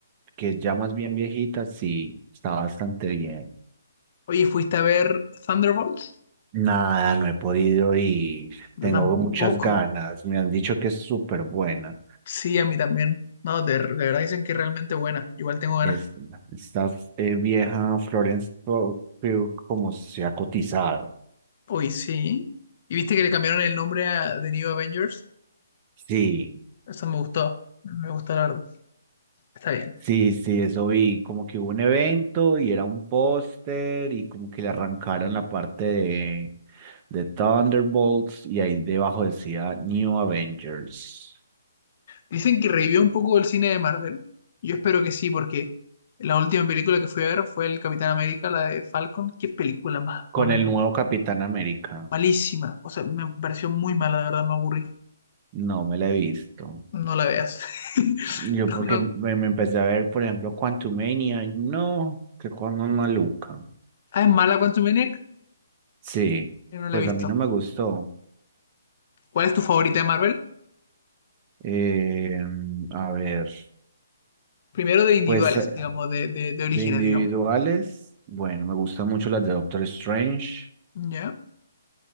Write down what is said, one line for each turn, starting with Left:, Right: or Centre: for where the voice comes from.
Right: que es ya más bien viejita, sí, está bastante bien.
Left: Oye, ¿fuiste a ver Thunderbolts?
Right: Nada, no he podido ir.
Left: Yo
Right: Tengo
Left: tampoco.
Right: muchas ganas. Me han dicho que es súper buena.
Left: Sí, a mí también. No, de, de verdad dicen que es realmente buena. Igual tengo ganas.
Right: Es, esta eh, vieja Florence Pugh, Pugh como se ha cotizado.
Left: Uy, sí. ¿Y viste que le cambiaron el nombre a The New Avengers?
Right: Sí,
Left: Eso me gustó. Me gusta la verdad. Está bien.
Right: sí, sí, eso vi, como que hubo un evento y era un póster y como que le arrancaron la parte de, de Thunderbolts y ahí debajo decía New Avengers
Left: Dicen que revivió un poco el cine de Marvel. Yo espero que sí, porque la última película que fui a ver fue el Capitán América, la de Falcon. Qué película más
Right: con
Left: horrible.
Right: el nuevo Capitán América.
Left: Malísima. O sea, me pareció muy mala, de verdad, me aburrí.
Right: No me la he visto.
Left: No la veas. <laughs>
Right: Yo porque
Left: No.
Right: me, me empecé a ver, por ejemplo, Quantumania, no, que cuando maluca.
Left: Ah, ¿es mala Quantumaniac?
Right: Sí,
Left: Yo no la
Right: pues
Left: he visto.
Right: a mí no me gustó.
Left: ¿Cuál es tu favorita de Marvel?
Right: Eh, a ver.
Left: Primero de individuales,
Right: Pues eh,
Left: digamos, de, de, de orígenes,
Right: de individuales,
Left: digamos.
Right: bueno, me gustan mucho las de Doctor Strange.
Left: ¿Ya?